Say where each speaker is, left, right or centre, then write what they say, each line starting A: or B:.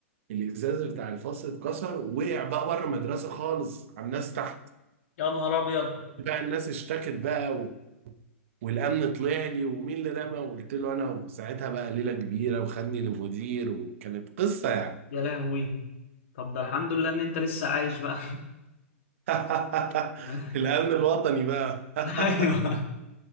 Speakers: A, on the right (about 65°); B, on the left (about 65°).
A: الإزاز بتاع الفصل اتكسر ووقع بقى بره المدرسة خالص على الناس تحت
B: يا نهار ابيض
A: بقى الناس اشتكت بقى و... والأمن طلع لي ومين اللي رمى وقلت له أنا وساعتها بقى ليلة كبيرة وخدني للمدير وكانت قصة يعني
B: يا لهوي طب ده الحمد لله ان انت لسه عايش بقى
A: <laughs>
B: <laughs>
A: الأمن الوطني بقى <laughs>
B: ايوه